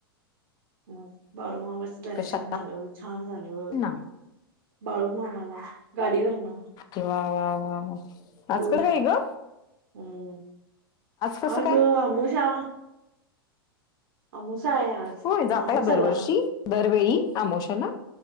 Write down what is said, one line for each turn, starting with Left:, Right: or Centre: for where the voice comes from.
Right: मग बाळूमामाच दर्शन
Left: कशा
Right: झालं छान झालं
Left: ना
Right: बाळू मामाला गाडीवरन
Left: वा वा वा वा आज
Right: टू वहीलर
Left: कसं काय ग?
Right: हम्
Left: कसं
Right: आज
Left: काय?
Right: आमोशा अमाेशा आहे आज
Left: होय जाता
Right: अमुचाला
Left: का दरवर्षी दरवेळी अमाेशाला